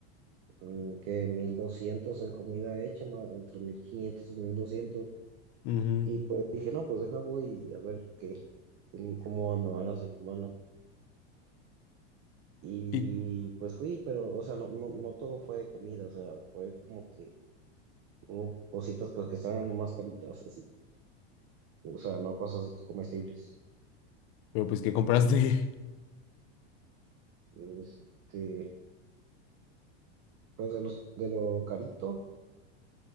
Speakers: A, on the right; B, on the left.
A: mm, que 1200 en comida hecha, ma- entre 1500 y mil doscientos
B: Ujú.
A: Y pues dije, no, pues deja voy a ver qué, mm, cómo me va la semana. Y
B: Y,
A: pues fui, pero o sea, no, no, no todo fue de comida, o sea, fue como que hubo cositas pues que estaban más caritas, así. O sea, no cosas comestibles.
B: pero pues que compraste.
A: Este, pues de los, de lo carito,